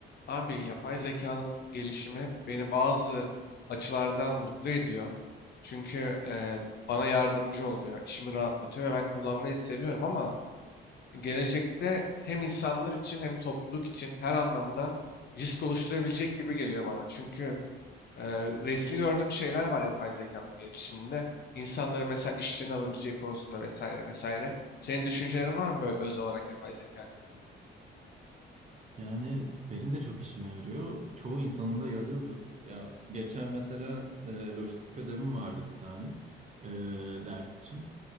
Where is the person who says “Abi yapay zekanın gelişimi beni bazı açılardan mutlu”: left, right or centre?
Left